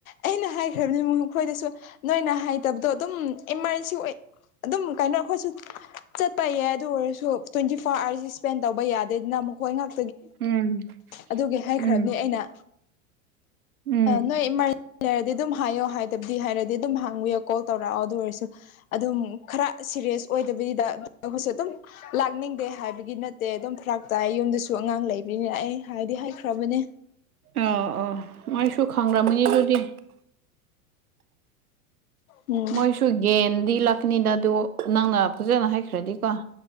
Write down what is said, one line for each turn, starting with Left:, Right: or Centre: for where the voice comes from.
Left: ꯑꯩꯅ ꯍꯥꯏꯈ꯭ꯔꯕꯅꯦ ꯃꯈꯣꯏꯗꯁꯨ ꯅꯣꯏꯅ ꯍꯥꯏꯇꯕꯗꯣ ꯑꯗꯨꯝ ꯑꯦꯃꯥꯔꯖꯦꯟꯁꯤ ꯑꯣꯏ ꯑꯗꯨꯝ ꯀꯩꯅꯣ ꯑꯩꯈꯣꯏꯁꯨ ꯆꯠꯄ ꯌꯥꯏ ꯑꯗꯨ ꯑꯣꯏꯔꯁꯨ ꯇ꯭ꯋꯦꯟꯇꯤ ꯐꯣꯔ ꯑꯥꯔꯖꯤ ꯁ꯭ꯄꯦꯟ ꯇꯧꯕ ꯌꯥꯗꯦꯗꯅ ꯃꯈꯣꯏ ꯉꯥꯛ
Right: ꯎꯝ
Left: ꯑꯗꯨꯒꯤ ꯍꯥꯏꯈ꯭ꯔꯕꯅꯦ
Right: ꯎꯝ
Left: ꯑꯩꯅ
Right: ꯎꯝ
Left: ꯑꯥ ꯅꯣꯏ ꯏꯃꯥꯔ ꯂꯩꯔꯗꯤ ꯑꯗꯨꯝ ꯍꯥꯏꯌꯣ ꯍꯥꯏꯗꯕꯗꯤ ꯍꯥꯏꯔꯗꯤ ꯑꯗꯨꯝ ꯍꯥꯡꯕꯤꯌꯣ ꯀꯣꯜ ꯇꯧꯔꯛꯑꯣ ꯑꯗꯨ ꯑꯣꯏꯔꯁꯨ ꯑꯗꯨꯝ ꯈꯔꯥ ꯁꯤꯔꯤꯌꯦꯁ ꯑꯣꯏꯗꯕꯤꯗ ꯑꯈꯣꯏꯁꯨ ꯑꯗꯨꯝ ꯂꯥꯛꯅꯤꯡꯗꯦ ꯍꯥꯏꯕꯒꯤ ꯅꯠꯇꯦ ꯑꯗꯨꯝ ꯐ꯭ꯔꯥꯛ ꯇꯥꯏ ꯌꯨꯝꯗꯁꯨ ꯁꯨ ꯑꯉꯥꯡ ꯂꯩꯕꯅꯤꯅ ꯑꯩ ꯍꯥꯏꯗꯤ ꯍꯥꯏꯈ꯭ꯔꯕꯅꯦ꯫
Right: ꯑꯧ ꯑꯣ ꯃꯥꯏꯁꯨ ꯈꯪꯔꯝꯒꯅꯤ ꯑꯗꯨꯗꯤ
Left: ꯎꯝ
Right: ꯃꯣꯏꯁꯨ ꯒꯦꯟꯗꯤ ꯂꯥꯛꯀꯅꯤꯗ ꯑꯗꯨꯑꯣ ꯅꯪꯅ ꯐꯖꯅ ꯍꯥꯏꯈ꯭ꯔꯗꯤꯀꯣ